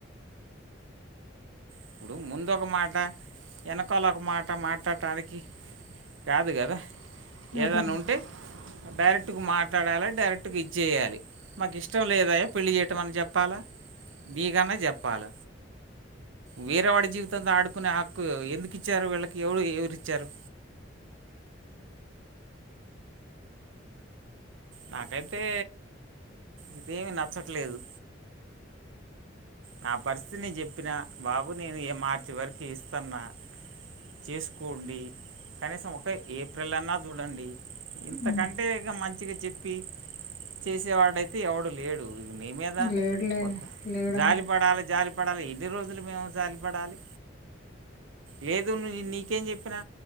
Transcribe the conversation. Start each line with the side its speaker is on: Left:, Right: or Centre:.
Right: ఇప్పుడు ముందు ఒక మాట వెనకాల ఒక మాట మాట్లాడటానికి కాదు కదా
Left: అదేలే
Right: ఏదన్నా ఉంటే డైరెక్టుగా మాట్లాడాల డైరెక్టుగా ఇది చేయాల మాకు ఇష్టం లేదయ్యా పెళ్ళి చేయటం అని చెప్పాలా నీకన్నా చెప్పాల వేరే వాడి జీవితంతో ఆడుకునే హక్కు ఎందుకు ఇచ్చారు వీళ్ళకి ఎవడు ఎవరు ఇచ్చారు నాకైతే ఇదేమి నచ్చట్లేదు నా పరిస్థితి నేను చెప్పినా బాబు నేను ఈ మార్చి వారికి ఇస్తున్నా చేసుకోండి కనీసం ఒక ఏప్రిల్ అన్నా చూడండి ఇంతకంటే
Left: హ్మ్.
Right: ఇక మంచి మంచికి చెప్పి చేసేవాడైతే ఎవడు లేడు ఇక నీ మీద
Left: లేడు లే
Right: కొత్త
Left: లేడు
Right: జాలి పడాలి జాలి పడాలి ఎన్ని రోజు అసలు మేము జాలిపడాలి లేదు ను నీకేం చెప్పినా